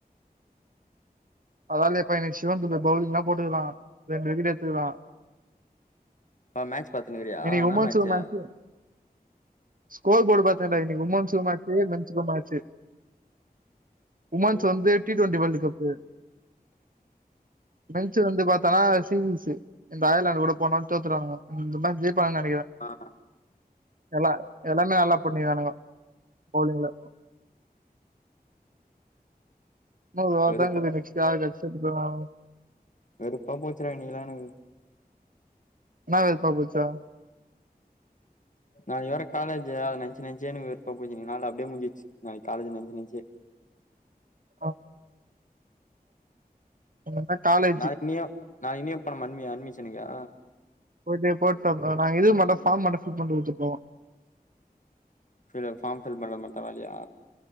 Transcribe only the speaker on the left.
அ மேச் பாத்துன்னு இருக்குறியா
என்ன
மேச்சு
ஓ
ஆ
வெறுப்பா
வெறுப்பா போச்சிரா இன்னைக்குலா எனக்கு
நாளைக்கு வேற காலேஜ் அத நெனைச்சு நெனச்சி எனக்கு வெறுப்பா போச்சு இன்னைக்கு நாள் அப்படியே முடிஞ்சச்சு நாளை காலேஜு நெனச்சு நெனச்சு
நா இனியு நா இனியு பண்ணியா அன் அன்மிஷனுக்கா
சரி ஃபார்ம் ஃபில் மட்டு தா வேலையா